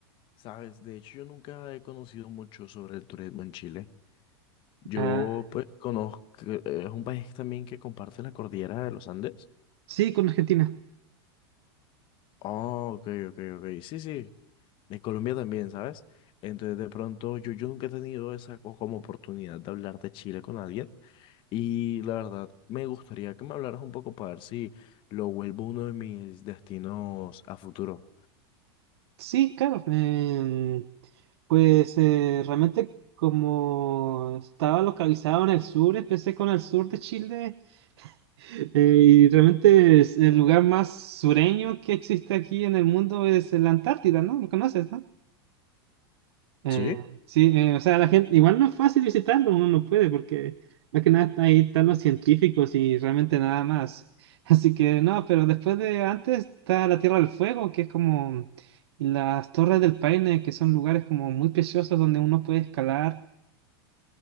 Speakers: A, on the left (about 35°); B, on the right (about 75°).
A: Sabes, de hecho yo nunca he conocido mucho sobre el turismo en Chile. Yo
B: Ah,
A: pues conozco, es un país también que comparte la cordillera de los Andes.
B: sí, con Argentina.
A: Oh, ok, ok, ok, sí, sí. De Colombia también, ¿sabes? Entonces de pronto yo, yo nunca he tenido esa co- como oportunidad de hablar de Chile con alguien y la verdad me gustaría que me hablaras un poco para ver si lo vuelvo uno de mis destinos a futuro.
B: Sí, claro. em, pues eh, realmente como estaba localizado en el sur, empecé con el sur de Chile <laughs> eh, y realmente es el lugar más sureño que existe aquí en el mundo es la Antártida, ¿no? ¿Lo conoces, no? Eh,
A: Sí,
B: sí, eh, o sea, la gente, igual no es fácil visitarlo, uno no puede, porque más que nada está- ahí están los científicos y realmente nada más. <laughs> Así que no, pero después de antes está la Tierra del Fuego, que es como las Torres del Paine, que son lugares como muy preciosos donde uno puede escalar